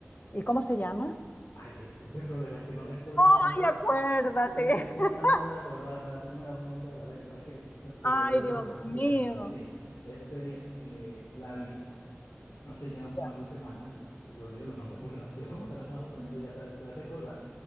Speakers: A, on the left (about 35°); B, on the left (about 75°).
A: ¿Y cómo se llama?
B: Ay, e, ese es el problema, es que no recuerdo
A: Ay,
B: el nombre,
A: acuérdate.
B: estoy tratando
A: <laughs>
B: de acordarme, la tengo en la punta de la lengua, que no- se, se
A: Ay,
B: me olvidó
A: Dios
B: por completo,
A: mío.
B: pero sí, esa serie eh, la vi hace ya un
A: Ya.
B: par de semanas y pues, yo olvido los nombres muy rápido, como te habrás dado cuenta, ya sabes, puedes recordar.